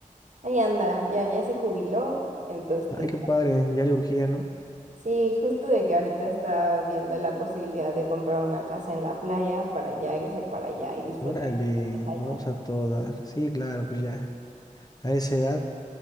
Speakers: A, on the right; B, on the left.
A: ahí anda, ya, ya se jubiló, entonces
B: Ay,
A: pues
B: qué padre, ya le urgía, ¿no?
A: Sí, justo de que ahorita está viendo la posibilidad de comprar una casa en la playa para ya irse para allá y disfrutar
B: Órale,
A: de allá.
B: no, pues a todo dar. Sí, claro, pues ya. A esa edad,